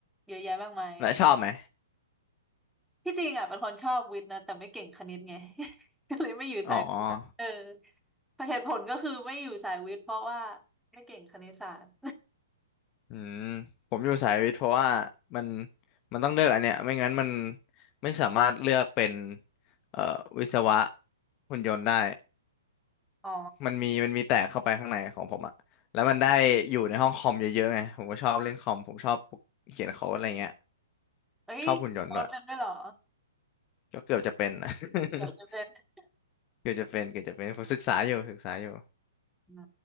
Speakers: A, in the centre; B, on the left.
A: เยอะแยะมากมายอ่ะ
B: และชอบไหม
A: ที่จริงอ่ะเป็นคนชอบวิทย์นะแต่ไม่เก่งคณิตไง <laughs> ก็เลยไม่อยู่สายวิทย์เออ
B: อ๋อ
A: เหตุผลก็คือไม่อยู่สายวิทย์เพราะว่าไม่เก่งคณิตศาสตร์
B: อืมผมอยู่สายวิทย์เพราะว่ามันมันต้องเลือกอันเนี้ยไม่งั้นมันไม่สามารถเลือกเป็นเอ่อวิศวะหุ่นยนต์ได้
A: อ๋อ
B: มันมีมันมีแตกเข้าไปข้างในของผมอะแล้วมันได้อยู่ในห้องคอมเยอะๆไงผมก็ชอบเล่นคอมผมชอบเขียนโค้ดอะไรเงี้ย
A: เอ้ยโค้ดนันด้วยเหรอ
B: ชอบหุ่นยนต์ด้วยก็เกือบจะเป็นนะ <laughs>
A: เดี๋ยวจะเป็น
B: เกือบจะเป็นเกือบจะเป็นผมศึกษาอยู่ศึกษาอยู่
A: อืม